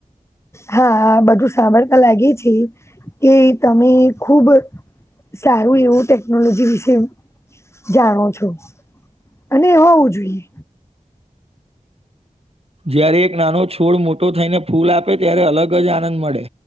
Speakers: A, on the left; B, on the right.
A: હા બધું સાંભળ લાગે છે કે તમે ખુબ સારું એવું ટેકનોલોજી વિશે જાણો છો અને હોવું જોઈએ
B: જયારે એક નાનો છોડ મોટો થઈને ફૂલ આપે ત્યારે અલગ જ આનંદ મળે